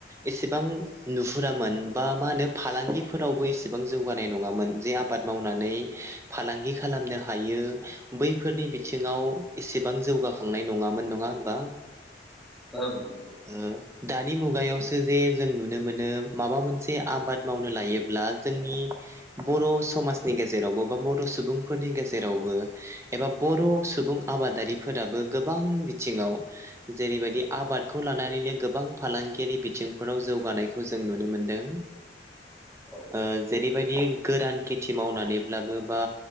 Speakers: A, on the right (about 15°); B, in the centre.
A: एसेबां नुहुरामोन बा मा होनो फालांगिफोरावबो एसेबां जौगानाय नङामोन। जे आ आबाद मावनानै फालांगि खालामनो हायो बैफोरनि बिथिङाव एसेबां जौगाखांनाय नङामोन नङा होमबा?
B: औ नंगो।
A: ओ दानि मुगायावसो जे जों नुनो मोनो माबा मोनसे आबाद मावनो लायोब्ला जोंनि बर' स समाजनि गेजेरावबो बा बर' सुबुंफोरनि गेजेरावबो एबा बर' सुबुं आबादारिफोराबो गोबां बिथिङाव जेरैबायदि आबादखौ लानानैनो गोबां फालांगियारि बिथिंफोराव जौगानायखौ जों मोनदों।
B: औ
A: ओ जेरैबायदि गोरान खिथ थि मावनानैब्लाबो बा